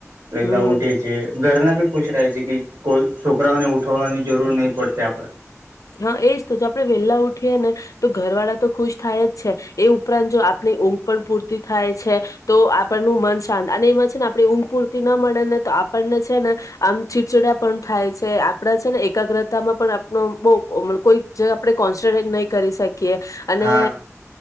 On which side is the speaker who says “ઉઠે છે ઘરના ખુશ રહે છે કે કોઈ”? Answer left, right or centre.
Right